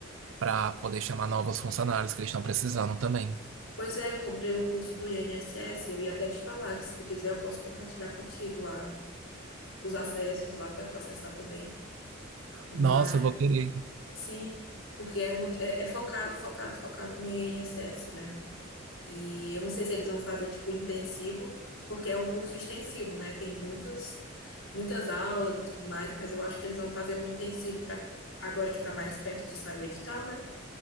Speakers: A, on the right (about 70°); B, on the left (about 85°).
A: para poder chamar novos funcionários que eles estão precisando também.
B: Pois é, eu comprei o curso do INSS, eu ia até te falar que se tu quiser eu posso compartilhar contigo a, os acessos lá para tu acessar também. Mas
A: Nossa, eu vou querer.
B: sim, porque é muito é, é focado, focado, focado no INSS, né? E eu não sei se eles vão fazer tipo intensivo, porque é um curso extensivo, né? Tem muitos, muitas aulas e tudo mais, mas eu acho que eles vão fazer um intensivo para agora que está mais perto de sair o edital, né?